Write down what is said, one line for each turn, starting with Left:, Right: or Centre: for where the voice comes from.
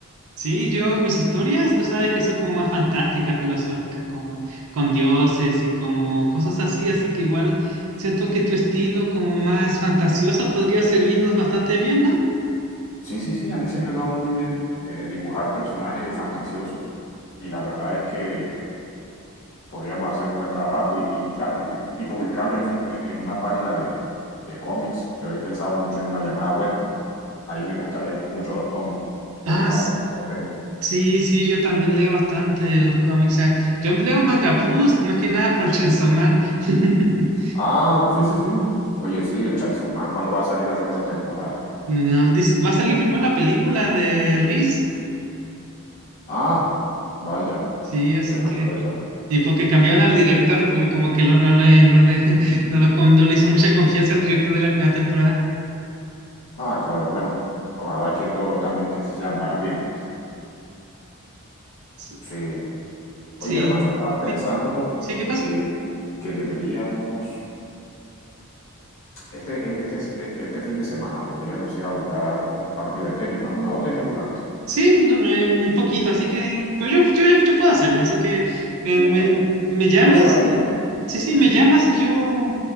Right: Sí, yo, mis historias, tú sabes que son como más fantásticas, filosóficas, como con dioses y como cosas así, así que igual siento que tu estilo como más fantasioso podría servirnos bastante bien, ¿no?
Left: Sí, sí, sí, sí, a mí se me ha dado muy bien eh, dibujar personajes fantasiosos y la verdad es que podríamos hacer un buen trabajo y, y, claro, y, y publicarlo en, un, en una página de, de cómics. Yo he pensado mucho en una llamada web Ahí me gusta leer mucho los cómics, otro
Right: Ah,
Left: pasatiempo
Right: s-
Left: que tengo.
Right: sí, sí, yo también leo bastante los cómics. ah, Yo leo Manga Plus, más que nada por Chainsaw Man. <laughs>
Left: Ah, sí, sí, sí. Oye, sí, el Chainsaw Man, ¿cuándo va a salir la segunda temporada?
Right: No, dis- va a salir primero la película de Riz.
Left: Ah, vaya,
Right: Sí, así
Left: qué sorpresa.
Right: que. Y porque cambiaron al director, porque como que lo- no le, no le, <laughs> no lo- no le hizo mucha confianza al director de la primera temporada.
Left: Ah, claro, bueno, ojalá que todos los cambios que se sean para bien.
Right: Sí,
Left: Sí. Oye,
Right: sí,
Left: hermano, estaba pensando
Right: sí, sí, ¿qué pasa?
Left: que, que deberíamos, este, este, este fin de semana podríamos ir a jugar un partido de tenis. ¿No has jugado tenis alguna vez?
Right: Sí, no, eh, un poquito, así que, pero yo, yo, yo, yo puedo hacerlo, así que eh,
Left: Sí,
Right: me,
Left: sí,
Right: me llamas
Left: no será difícil.
Right: y, sí, sí,
Left: Sí,
Right: me
Left: sí,
Right: llamas
Left: yo te...
Right: y yo,